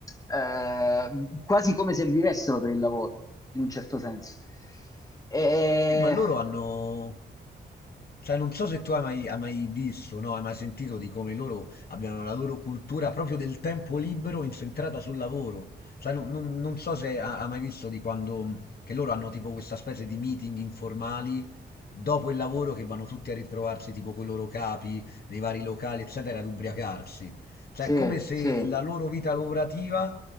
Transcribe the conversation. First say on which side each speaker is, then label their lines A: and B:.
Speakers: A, on the left; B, on the left.
A: eh, quasi come se vivessero per il lavoro, in un certo senso. E,
B: Sì, ma loro hanno, Cioè, non so se tu hai mai, hai mai visto, no? Hai mai sentito di come loro abbiano la loro cultura proprio del tempo libero incentrata sul lavoro. Cioè, non, non- non so se ha- hai mai visto di quando, mh, che loro hanno tipo questa specie di meeting informali dopo il lavoro che vanno tutti a ritrovarsi tipo con i loro capi nei vari locali, eccetera, ad ubriacarsi. Cioè,
A: sì,
B: è come se
A: sì,
B: la loro vita lavorativa,